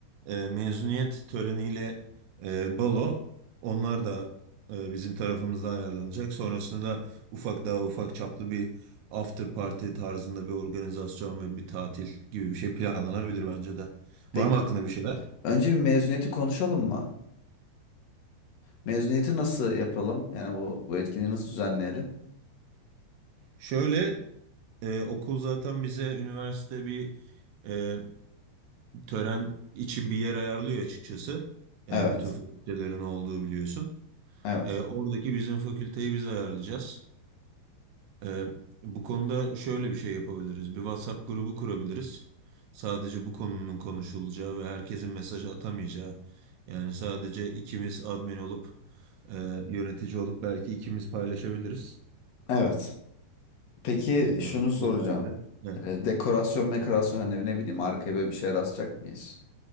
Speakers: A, on the right (about 75°); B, on the left (about 55°).
A: e, mezuniyet töreniyle e, balo onlar da e, bizim tarafımızda ayarlanacak. Sonrasında da ufak daha ufak çaplı bir after party tarzında bir organizasyon ve bir tatil gibi bir şey planlanabilir bence de.
B: Peki
A: Var mı aklında bir şeyler?
B: önce bir mezuniyeti konuşalım mı? Mezuniyeti nasıl yapalım? Yani bu, bu etkinliği nasıl düzenleyelim?
A: Şöyle e, okul zaten bize üniversite bir e, tören için bir yer ayarlıyor açıkçası.
B: Evet.
A: E, bütün fakültelerin olduğu biliyorsun.
B: Evet.
A: E, oradaki bizim fakülteyi biz ayarlayacağız. Ee, bu konuda şöyle bir şey yapabiliriz. Bir WhatsApp grubu kurabiliriz. Sadece bu konunun konuşulacağı ve herkesin mesaj atamayacağı. Yani sadece ikimiz admin olup e, yönetici olup belki ikimiz paylaşabiliriz
B: Evet. Peki
A: e,
B: şunu soracağım.
A: detayları. Evet.
B: Ee, dekorasyon mekorasyon hani ne bileyim arkaya böyle bir şey rastlayacak mıyız?